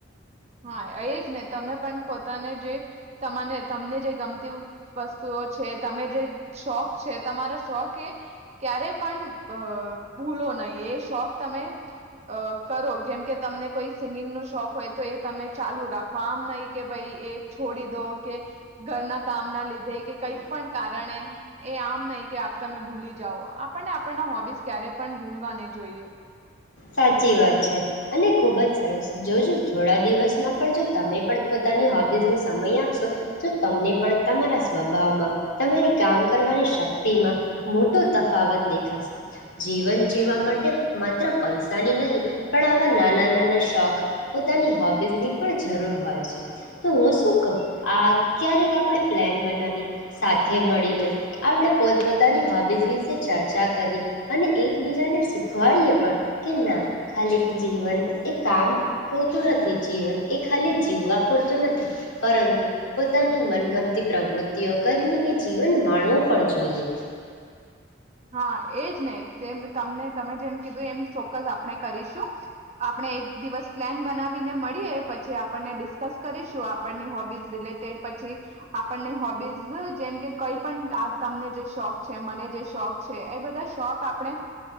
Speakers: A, on the right; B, on the left.
A: હા એ જ ને તમે પણ પોતાને જે તને તમને જે ગમતી વસ્તુઓ છે, તમે જે શોખ છે, તમારા શોખ એ ક્યારે પણ ભૂલો નહીં, એ શોખ તમે કરો જેમ કે તમને કોઈ સિંગિંગ નો શોખ હોય તો એ તમે ચાલુ રાખો, આમ નહી કે ભાઈ એ છોડી દો કે ઘરના કામ ના લીધે કે કંઈ પણ કારણે એ આમ નહી કે તમે ભૂલી જાઓ આપણને આપણના હોબીસ ક્યારે પણ ભૂલવા નહી જોઈએ
B: સાચી વાત છે, અને ખુબ જ સરસ જોજો થોડા દિવસમાં પણ જો તમે પણ પોતાની હોબીસને સમય આપશો તો તમને પણ તમારા સ્વભાવમાં, તમારી કામ કરવાની શક્તિમાં, મોટો તફાવત દેખાશે જીવન જીવવા માટે માત્ર પૈસાની નહીં પણ આવા નાના નાના શોખ પોતાની હોબીઝની પણ જરૂર હોય છે, તો હું શું કહું આ ક્યારેક આપણે પ્લાન બનાવીએ સાથે મળીને આપણે પોતપોતાની હોબીઝ વિશે ચર્ચા કરીએ, અને એકબીજાને શીખવાડીએ પણ કે ના ખાલી જીવન એ કામ પૂરતું નથી, જીવન એ ખાલી જીવવા પૂરતું નથી, પરંતુ પોતાની મનગમતી પ્રવૃતિઓ કરીને એ જીવન માણવું પણ જોઈએ
A: હા, એજ ને જેમ તમને તમે જેમ કીધું એમ ચોક્કસ આપણે કરીશું, આપણે એક દિવસ પ્લાન બનાવીને મળીએ પછી આપણને ડિસ્કસ કરીશું, આપણની હોબીઝ રિલેટેડ પછી આપણને હોબીઝ જેમ કે કઈ પણ તમને જે શોખ છે, મને જે શોખ છે, એ બધા શોખ આપણે